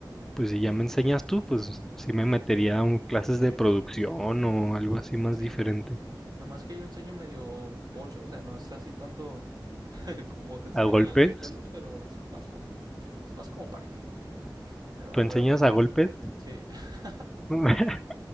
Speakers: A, in the centre; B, on the right.
A: pues si ya me enseñas tú, pues sí me metería en clases
B: Sí.
A: de producción o algo así más
B: Sí.
A: diferente.
B: Nomás que yo enseño medio pocho, o sea, no es así tanto <laughs> como te enseñarían
A: ¿A golpes?
B: en las escuelas, pero es más como, es más como práctico. Pero,
A: ¿Tú enseñas
B: pero pues,
A: a golpes?
B: sí. <laughs>
A: <laughs>